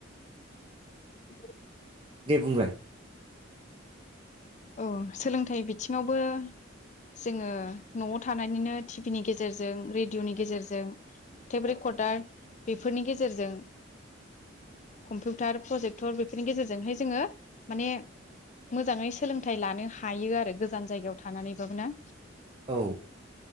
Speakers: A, on the left; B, on the right.
A: <unintelligible>
B: दे बुंलाय
A: औ सोलोंथाइ बिथिङावबो जोङो न'आव थानानैनो टिभि नि गेजेरजों रेडिअ'नि गेजेरजों टेप रेकर्डार बेफोरनि गेजेरजों कम्पिउटार प्रजेक्टर बेफोरनि गेजेरजोंहाय जोङो माने मोजाङै सोलोंथाइ लानो हायो आरो गोजान जायगायाव थानानैबाबो ना?
B: औ